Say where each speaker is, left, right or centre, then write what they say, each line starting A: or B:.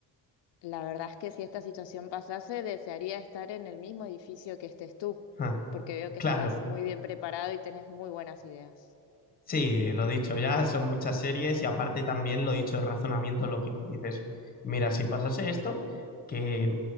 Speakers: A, on the left; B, on the left.
A: La verdad es que si esta situación pasase, desearía estar en el mismo edificio que estés tú,
B: Ah,
A: porque veo que
B: claro.
A: estás muy bien preparado y tenés muy buenas ideas.
B: Sí, lo dicho, ya son muchas series y aparte también lo dicho, el razonamiento lógico. Dices, mira, si pasase esto, que